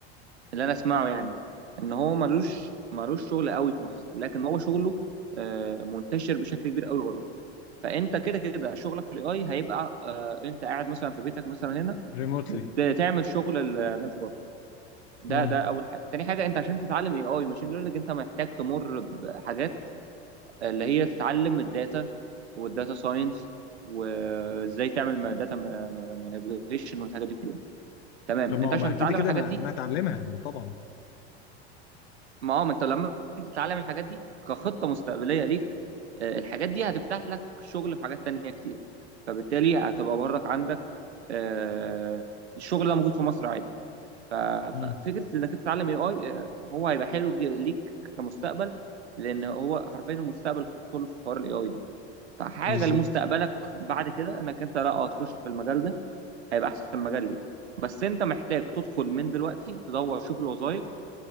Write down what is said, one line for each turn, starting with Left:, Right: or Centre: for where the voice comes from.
Right: اللي انا اسمعه يعني ان هو ملوش ملوش شغل قوي في مصر لكن هو شغله آه، منتشر بشكل كبير قوي بره فانت كده كده شغلك في الاي هيبقى آه، انت قاعد مثلا في بيتك مثلا هنا
Left: ريموتلي
Right: وبتعمل شغل الناس بره ده
Left: امم
Right: ده اول حاجه تاني حاجه انت عشان تتعلم اي اي ماشين ليرنينج انت محتاج تمر بحاجات اللي هي تتعلم الداتا والداتا ساينس وازاي تعمل داتا مانيبيوليشن والحاجات دي كلها تمام
Left: طب ما
Right: انت
Left: هو
Right: عشان
Left: ما كده
Right: تتعلم
Left: كده
Right: الحاجات
Left: انا
Right: دي
Left: انا هتعلمها يعني طبعا
Right: ما هو ما انت لما تيجي تتعلم الحاجات دي كخطه مستقبليه ليك آه، الحاجات دي هتفتح لك شغل في حاجات تانية كتير فبالتالي هتبقى برضك عندك آه، الشغل ده موجود في مصر عادي ف-
Left: امم
Right: ففكره انك تتعلم اي اي هو هيبقى حلو ج- ليك كمستقبل لان هو حرفيا المستقبل كله في حوار الاي اي ده فحاجه
Left: بالظبط
Right: لمستقبلك بعد كده انك انت لا اه تخش في المجال ده هيبقى احسن مجال ليك بس انت محتاج تدخل من دلوقتي تدور تشوف الوظائف